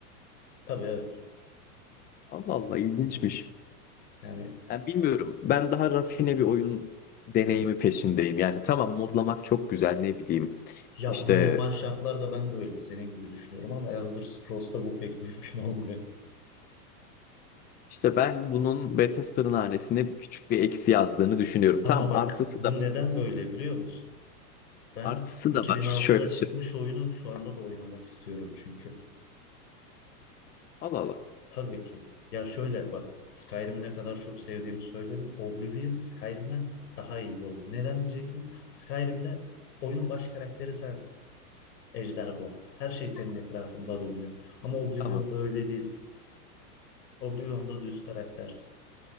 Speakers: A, on the left (about 85°); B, on the left (about 20°).
A: Tabii evet.
B: Allah Allah ilginçmiş.
A: Hı hı. Yani
B: Yani bilmiyorum. Ben daha rafine bir oyun deneyimi peşindeyim. Yani tamam modlamak çok güzel ne bileyim.
A: Ya
B: İşte
A: normal şartlarda ben de öyle senin gibi düşünüyorum ama Elder Scrolls'ta bu pek <laughs> mümkün olmuyor.
B: İşte ben bunun Bethesda'nın hanesine küçük bir eksi yazdığını düşünüyorum.
A: Ama
B: Tam
A: bak
B: artısı
A: bu
B: da
A: neden böyle biliyor musun? Ben
B: artısı
A: 2006'da
B: da var. Şöyle
A: çıkmış
B: söyleyeyim.
A: oyunu şu anda da oynamak istiyorum çünkü.
B: Allah Allah.
A: Tabii ki. Ya şöyle bak Skyrim'i ne kadar çok sevdiğimi söyledim. Oblivion Skyrim'den daha iyi bir oyun. Neden diyeceksin? Skyrim'de oyunun baş karakteri sensin. Ejder Doğan. Her şey senin etrafında dönüyor. Ama Oblivion'da
B: Tamam.
A: öyle değilsin. Oblivion'da düz karaktersin.